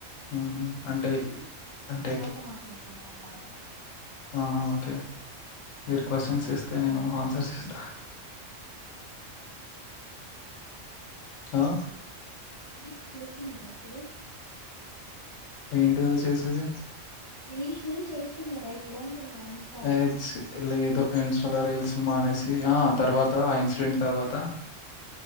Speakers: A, on the left (about 85°); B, on the left (about 30°).
A: హుహు. అంటే అంటే
B: తర్వాత మాట్లాడుకుందాం ఆ టాపిక్
A: ఆ ఓకే మీరు క్వొషన్స్ ఎస్త్ తే నేను ఆన్సర్స్ ఇస్తా ఆ
B: రీల్స్ తీస్తున్నారా ఇప్పుడు
A: ఏంటిదది చేసేది
B: రీల్స్ చేస్తున్నారా ఇప్పుడు అం చున్న ఇన్స్టాలో
A: ఏ ఛీ! లేదు ఇన్స్టాలో రీల్స్ మానేసి ఆ తర్వాత ఆ ఇన్సిడెంట్ తర్వాత